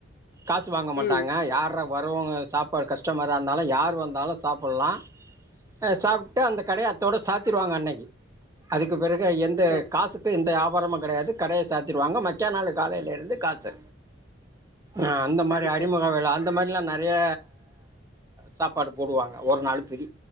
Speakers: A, on the right; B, on the left.
A: காசு வாங்க மாட்டாங்க
B: ம்
A: யார வருவாங்க சாப்பாடு கஸ்டமரா இருந்தாலும் யார் வந்தாலும் சாப்புலாம் ச சாப்ட்டு அந்த கடய அத்தோட சாத்திடுவாங்க அன்னைக்கு அதுக்கு பிறகு எந் ந
B: சரி
A: காசுக்கு
B: தோ
A: எந்த வியாபாரமு கெடையாது கடைய சாத்திடுவாங்க மக்கையா நாளு காலைல இருந்து காசு ஆ அந்த
B: சரி
A: மாரி அறிமுக
B: தோழரே
A: விழா அந்த மாரிலா ந நறைய சாப்பாடு போடுவாங்க ஒரு நாள் ஃப்ரீ